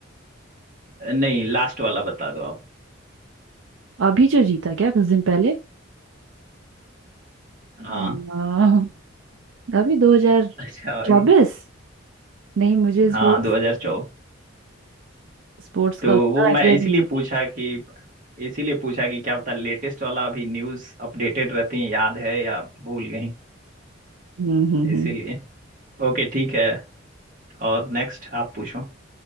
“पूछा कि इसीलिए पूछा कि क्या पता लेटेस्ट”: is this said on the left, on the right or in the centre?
Right